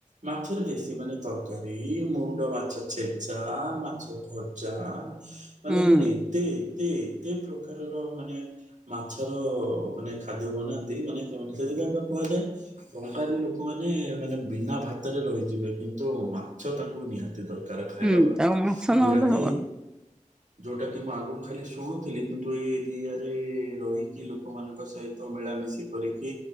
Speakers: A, on the right (about 70°); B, in the centre.
A: ମାଛରେ ବେଶୀ ମାନେ ତରକାରୀ, ମୁଣ୍ଡ ମାଛ ଛେଚା ମାଛ ଯାହା ମାନେ
B: ହୁଁ
A: ଏତେ, ଏତେ, ଏତେ ପ୍ରକାରର ମାନେ ମାଛର, ମାନେ ଖାଦ୍ୟ ବନାନ୍ତି, ମାନେ ସେଥିପାଇଁ ପା କୁହାଯାଏ। ବଙ୍ଗାଳୀ ଲୋକମାନେ, ମାନେ ବିନା ଭାତରେ ରହିଯିବେ, କିନ୍ତୁ ମାଛ ତାଙ୍କୁ ନିହାତି ଦରକାର। ତାର ଖାଇବା
B: ହୁଁ
A: ପାଇଁ
B: ତାକୁ ମାଛ ନହେଲେ
A: ଯୋଉଟା କିି
B: ହବନି
A: ଯୋଉଟା କି ମୁଁ ଆଗରୁ ଖାଲି ଶୁଣୁଥିଲି କିନ୍ତୁ ଏଇ ଦୀ ଥର ରହିକି ଲୋକମାନଙ୍କ ସହିତ ମିଳାମିଶି କରିକି